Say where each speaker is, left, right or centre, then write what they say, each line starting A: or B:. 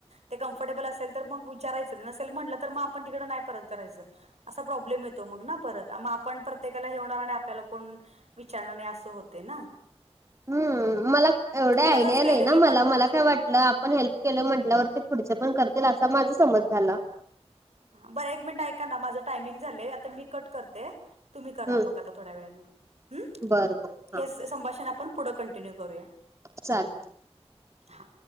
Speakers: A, on the right (about 75°); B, on the right (about 25°).
A: ते कम्फर्टेबल असेल तर मग विचारायचं नसेल म्हटलं तर मग आपण तिकड नाही परत करायचं. असा प्रॉब्लेम येतो मग ना परत मग आपण प्र ते काला हे होणार आणि आपल्याला कोण विचारणार नाही असं होतंय ना.
B: हम्म मला एवढ्या
A: मी
B: आयडिया
A: तसंच केले
B: नाही ना
A: मी
B: मला
A: पण बरंच
B: मला काय वाट ल आपण हेल्प केलं म्हटल्यावरती पुढचे पण करतील असा माझा समज झाला.
A: हा बरं एक मिनिट ऐका ना माझं टायमिंग झालंय आता मी कट कर ते तुम्ही करा
B: हम्म
A: मग आता थोड्या वेळानं हम्म.
B: बरं बरं
A: हेच
B: हा
A: संभाषण आपण पुढं कंटिन्यू करूया.
B: चालत
A: हा